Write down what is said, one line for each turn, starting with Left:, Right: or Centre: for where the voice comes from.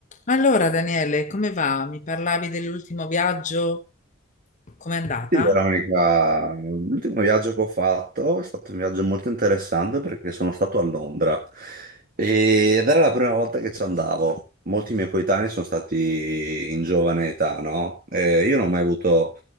Left: Allora, Daniele, come va? Mi parlavi dell'ultimo viaggio? Com'è andata?
Right: Sì, Veronica, l'ultimo viaggio che ho fatto è stato un viaggio molto interessante perché sono stato a Londra E- ed era la prima volta che ci andavo. Molti miei coetanei sono stati in giovane età, no? E io non ho mai avuto,